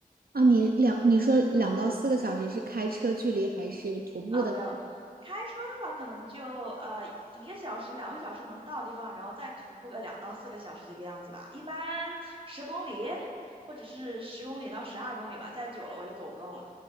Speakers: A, on the right; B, on the right.
A: 啊，你两，你说两到四个小时是开车距离还是徒步的？
B: 啊，没有，开车的话可能就呃一个小时、两个小时能到的地方，然后再徒步个两到四个小时这个样子吧。一般十公里或者是十公里到十二公里吧，再久了我就走不动了。